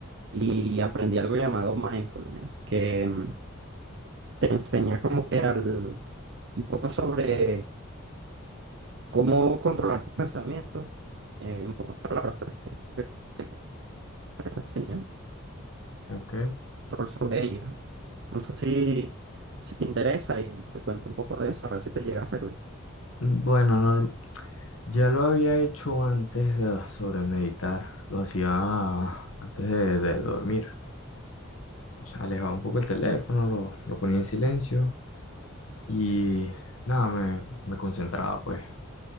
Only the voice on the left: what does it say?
Ok.
Bueno, norm- ya lo había hecho antes de- sobre meditar, lo hacía antes de, de dormir. Alejaba un poco el teléfono, lo, lo ponía en silencio y nada, me, me concentraba pues.